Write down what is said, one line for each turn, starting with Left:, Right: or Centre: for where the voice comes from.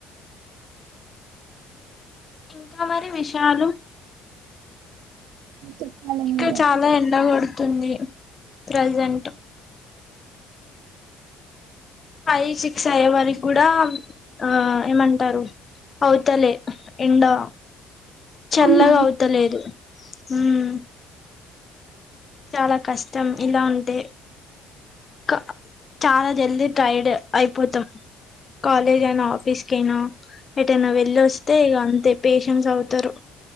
Left: ఇంకా మరి విషాలు
Right: చెప్పాలి
Left: ఇక్కడ
Right: మీరే
Left: చాలా ఎండ కొడుతుంది ప్రెజెంట్ ఫైవ్ సిక్స్ అయ్యే వరకి గూడా ఆ ఏమంటారు అవుతలే ఎండా చల్లగా
Right: అవునా
Left: అవుతలేదు ఉమ్ చాలా కష్టం ఇలా అంటే క చాలా జల్ది ట్రైడ్ అయిపోతాం కాలేజ్ అయినా ఆఫీస్ కైనా ఎటన్న వెళ్ళొస్తే ఇగ అంతే పేషెన్స్ అవుతరు